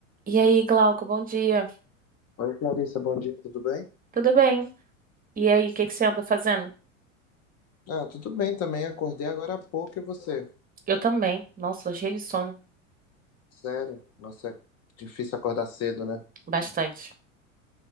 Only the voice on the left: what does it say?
Oi, Clarissa, bom dia, tudo bem?
Ah, tudo bem também, acordei agora há pouco e você?
Sério? Nossa, é difícil acordar cedo, né?